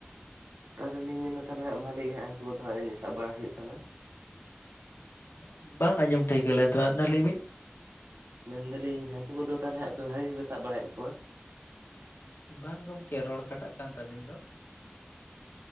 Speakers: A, on the right (about 75°); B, on the left (about 80°).
A: ᱛᱟᱦᱚᱞᱮ ᱞᱤᱧ ᱢᱮᱱᱫᱟ ᱛᱟᱦᱚᱞᱮ ᱦᱟᱜ ᱵᱷᱟᱞᱤ ᱜᱮ ᱦᱟᱸᱜ ᱦᱟᱹᱠᱩ ᱠᱚᱫᱚ ᱦᱟᱸᱜ ᱡᱟᱹᱱᱤᱡ ᱥᱟᱵ ᱵᱟᱲᱟ ᱦᱩᱭᱩᱜ ᱠᱟᱱᱟ᱾
B: ᱦᱮᱸ ᱵᱟᱝ ᱟᱸᱡᱚᱢ ᱴᱤᱭᱠᱟᱹ ᱞᱮᱱ ᱛᱟᱵᱮᱱᱟ ᱟᱨ ᱢᱤᱫ ᱫᱷᱟᱣ ᱞᱟᱹᱭ ᱵᱤᱱ᱾
A: ᱢᱮᱱᱫᱟᱞᱤᱧ ᱦᱟᱹᱠᱩ ᱠᱚᱫᱚ ᱛᱟᱦᱚᱞᱮ ᱦᱟᱜ ᱯᱮ ᱵᱷᱟᱜᱤ ᱜᱮᱯᱮ ᱥᱟᱵ ᱵᱟᱲᱟᱭᱮᱫ ᱠᱚᱣᱟ᱾
B: ᱵᱟᱝ ᱜᱚᱝᱠᱮ ᱨᱳᱲ ᱠᱟᱴᱟᱼᱜ ᱠᱟᱱ ᱛᱟᱵᱤᱱ ᱫᱚ!